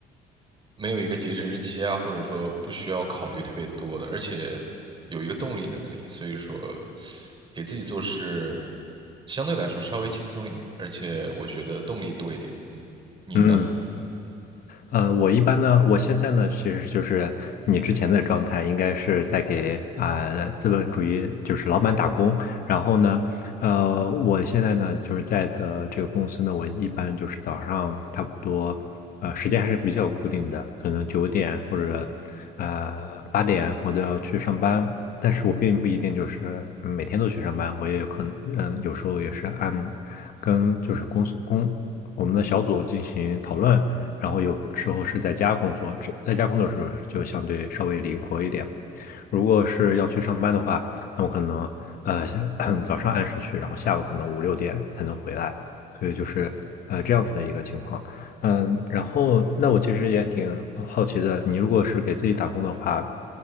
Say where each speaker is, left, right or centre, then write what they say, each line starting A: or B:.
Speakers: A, on the right (about 30°); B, on the left (about 60°).
A: 没有一个截止日期啊，或者说不需要考虑特别多的，而且有一个动力在那里，所以说给自己做事相对来说稍微轻松一点，而且我觉得动力多一点。嗯，你呢？
B: 嗯呃，我一般呢，我现在呢，其实就是你之前的状态，应该是在给啊、呃资本主义就是老板打工。然后呢，呃，我现在呢，就是在的这个公司呢，我一般就是早上差不多，呃，时间还是比较固定的，可能九点或者呃八点我都要去上班。但是我并不一定就是嗯每天都去上班，我也有可能，嗯、有时候也是按跟就是公司公我们的小组进行讨论。然后有时候是在家工作，在家工作的时候就相对稍微灵活一点。如果是要去上班的话，那我可能呃早上按时去，然后下午可能五六点才能回来，所以就是呃这样子的一个情况。嗯，然后那我其实也挺好奇的，你如果是给自己打工的话，